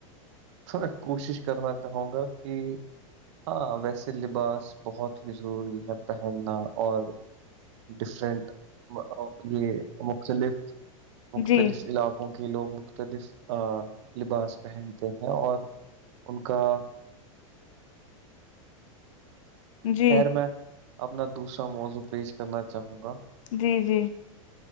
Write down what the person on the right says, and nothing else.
تو میں کوشش کرنا چاہوں گا کہ ہاں ویسے لباس بہت ہی ضروری ہے پہننا اور ڈفرنٹ یہ مختلف
مختلف علاق کے لوگ مختلف لباس پہنتے ہیں اور ان کا
خیر میں اپنا دوسرا موضوع پیش کرنا چاہوں گا